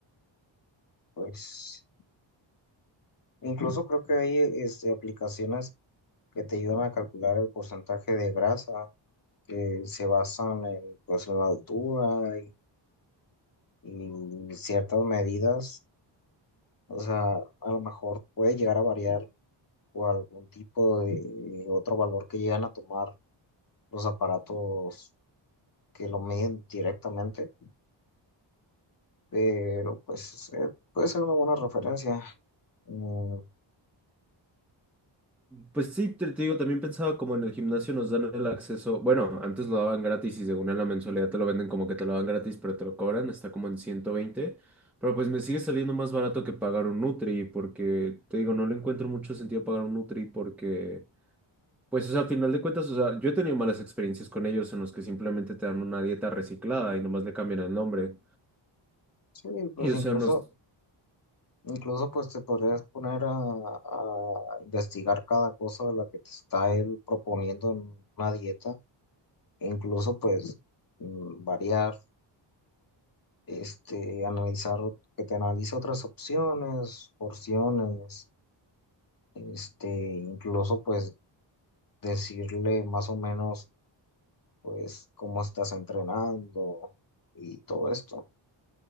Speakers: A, on the left; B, in the centre.
A: pues incluso creo que hay este, aplicaciones que te ayudan a calcular el porcentaje de grasa que se basan en pues en la altura y ciertas medidas, o sea, a lo mejor puede llegar a variar por algún tipo de otro valor que llegan a tomar los aparatos que lo miden directamente, pero pues eh, puede ser una buena referencia. Mm,
B: Pues sí, te, te digo, también pensaba como en el gimnasio nos dan el acceso, bueno, antes lo daban gratis y según en la mensualidad te lo venden como que te lo dan gratis, pero te lo cobran, está como en 120. pero pues me sigue saliendo más barato que pagar un Nutri, porque te digo, no le encuentro mucho sentido pagar un Nutri porque... Pues, o sea, a final de cuentas, o sea, yo he tenido malas experiencias con ellos en los que simplemente te dan una dieta reciclada y nomás le cambian el nombre.
A: sí, pues
B: Y, o
A: incluso,
B: sea, nos...
A: incluso pues te podrías poner a, a investigar cada cosa de la que te está él proponiendo en una dieta, e incluso pues mm, variar. este, analizar, que te analice otras opciones, porciones, este, incluso pues decirle más o menos pues cómo estás entrenando y todo esto.